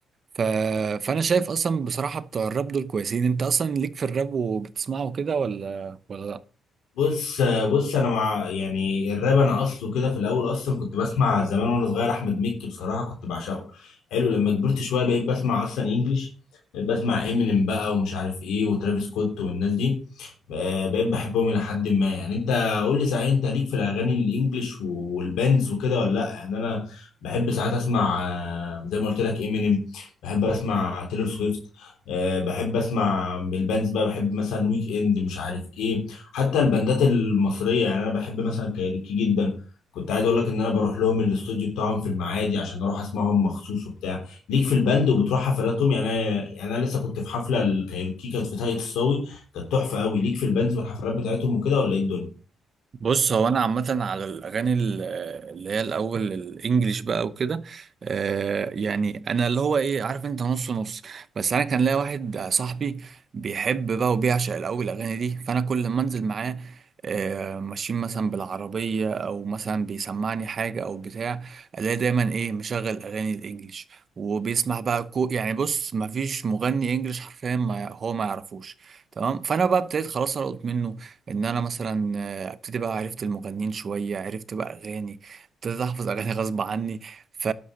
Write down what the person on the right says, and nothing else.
ف... فانا شايف اصلا بصراحة بتوع الراب دول كويسين انت اصلا ليك في الراب وبتسمعه كده ولا ولا لا
بص هو انا عامه على الاغاني ال- اللي هي الاول الانجليش بقى وكده آه، يعني انا اللي هو ايه عارف انت نص نص بس انا كان ليا واحد صاحبي بيحب بقى وبيعشق الاول الاغاني دي فانا كل ما انزل معاه آه، ماشيين مثلا بالعربيه او مثلا بيسمعني حاجه او بتاع الاقي دايما ايه مشغل اغاني الانجليش وبيسمع بقى كو يعني بص ما فيش مغني انجليش حرفيا ما هو ما يعرفوش تمام فانا بقى ابتديت خلاص القط منه ان انا مثلا ابتدي بقى عرفت المغنيين شوية عرفت بقى أغاني ابتديت أحفظ أغاني غصب عني ف...